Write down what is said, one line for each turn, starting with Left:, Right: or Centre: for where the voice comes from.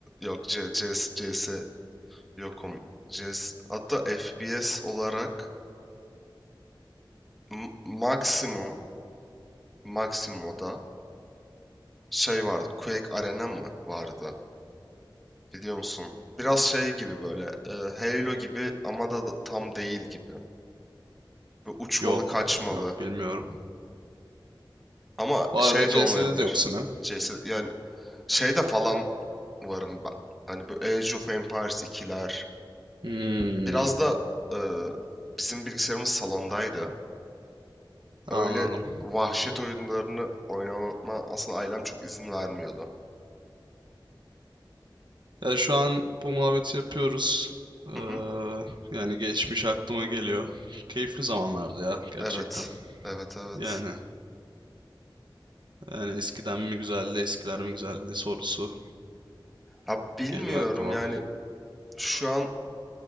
Centre: Yok C, CS, CS yokum. C S. hatta FPS olarak m- maksimum maksimum o da şey vardı. Quake Arena mı vardı? Biliyor musun? Biraz şey gibi böyle e, Halo gibi ama da da tam değil gibi. Ve
Right: <laughs>
Centre: uçmalı
Right: Yok,
Centre: kaçmalı.
Right: yok bilmiyorum.
Centre: Ama
Right: Vay
Centre: şey
Right: be
Centre: de
Right: CS'de
Centre: olmayabilir.
Right: de yoksun ha.
Centre: CS, yani şeyde falan varım ben. Hani bu Age of Empires ikiler,
Right: Hmm,
Centre: Biraz da e, bizim bilgisayarımız salondaydı.
Right: anladım.
Centre: Öyle vahşet oyunlarını oynama aslında ailem çok izin vermiyordu.
Right: Ya şu an bu muhabbeti yapıyoruz. Ee,
Centre: Hı hı.
Right: yani geçmiş aklıma geliyor. Keyifli zamanlardı ya gerçekten.
Centre: Evet. Evet evet.
Right: Yani yani eskiden mi güzeldi, eskiler mi güzeldi sorusu
Centre: Ya bilmiyorum
Right: geliyor aklıma.
Centre: yani şu an